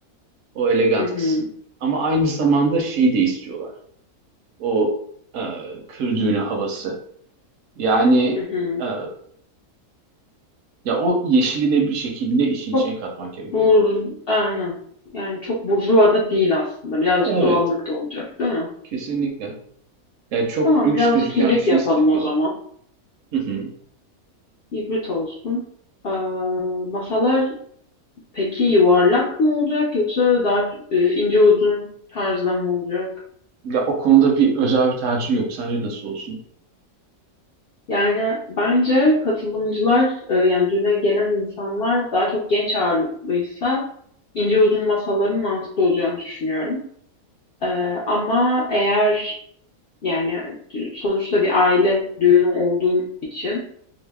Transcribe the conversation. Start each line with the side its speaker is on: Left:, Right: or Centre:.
Right: O elegant
Left: Hı hı,
Right: kısım. Ama aynı zamanda şeyi de istiyorlar. O e, kır düğünü havası. Yani
Left: hı hı.
Right: e, ya o yeşili de bir şekilde işin
Left: Çok
Right: içine katmak gerekiyor.
Left: bur, aynen. Yani çok burjuva da değil aslında. Birazcık
Right: Evet,
Left: doğallık da olacak, değil mi?
Right: kesinlikle. Yani çok
Left: Tamam,
Right: lüks
Left: birazcık
Right: gözüken
Left: hibrit
Right: bir şey
Left: yapalım
Right: istemiyorlar.
Left: o zaman.
Right: Hı hı.
Left: Hibrit olsun. Ee, masalar peki yuvarlak mı olacak yoksa daha e, ince uzun tarzda mı olacak?
Right: Ya o konuda bir özel bir tercih yok. Sence nasıl olsun?
Left: Yani bence katılımcılar e, yani düğüne gelen insanlar daha çok genç ağırlıklıysa ince uzun masaların mantıklı olacağını düşünüyorum. Ee, ama eğer Yani sonuçta bir aile düğünü olduğun için